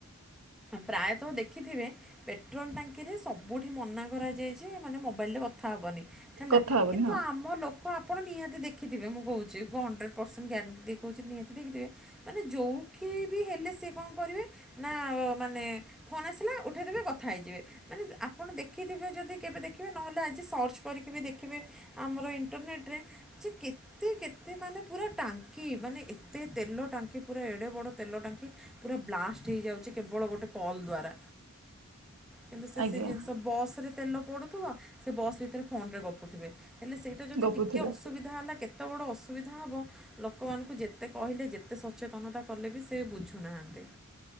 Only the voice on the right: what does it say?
କଥା ହବନି
ହଁ
ଆଜ୍ଞା
ଗପୁଥିବେ।